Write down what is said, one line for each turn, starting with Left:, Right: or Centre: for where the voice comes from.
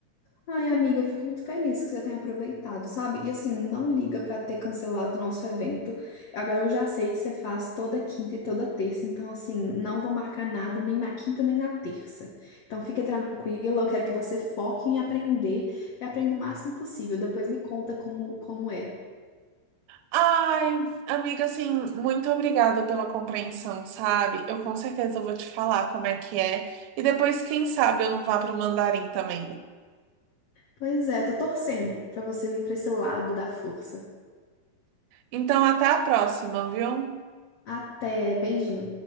Left: Ai, amiga, eu fico muito feliz que você tenha aproveitado, sabe? E assim, não liga pra ter cancelado o nosso evento. Agora eu já sei que você faz toda quinta e toda terça, então assim, não vou marcar nada nem na quinta nem na terça. Então fica tranquila, eu quero que você foque em aprender e aprenda o máximo possível. Depois me conta como, como é.
Right: Ai, amiga, assim, muito obrigada pela compreensão, sabe? Eu com certeza vou te falar como é que é. E depois, quem sabe, eu não vá para o Mandarim também.
Left: Pois é, tô torcendo pra você vir pra esse lado da força.
Right: Então, até a próxima, viu?
Left: Até, beijinho.